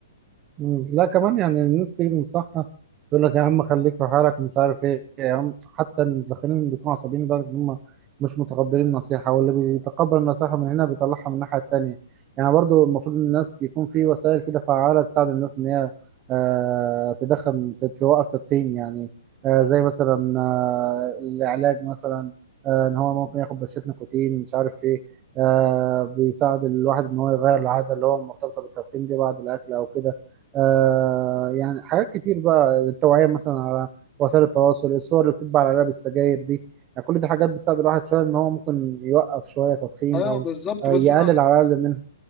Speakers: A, on the right (about 25°); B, on the left (about 20°).
A: مم. لا كمان يعني الناس تيجي تنصحها يقول لك يا عم خليك في حالك ومش عارف ايه يا عم حتى المدخنين اللي بيكونوا عصبيين لدرجه ان هم مش متقبلين النصيحه واللي بيتقبل النصيحه من هنا بيطلعها من الناحيه التانيه يعني برضو المفروض الناس يكون في وسائل كده فعاله تساعد الناس ان هي آه تدخن توقف تدخين يعني آه زي مثلا آه العلاج مثلا آه ان هو ممكن ياخد بشره نيكوتين مش عارف ايه آه بيساعد الواحد ان هو يغير العاده اللي هو مرتبطه بالتدخين دي بعد الاكل او كده آه يعني حاجات كتير بقى التوعية مثلا على وسائل التواصل الصور اللي بتتباع على علب السجاير دي يعني كل دي حاجات بتساعد الواحد شوية إن هو ممكن يوقف شوية تدخين
B: ايوه
A: أو
B: بالظبط
A: آه
B: بس
A: يقلل
B: انا
A: على الأقل منها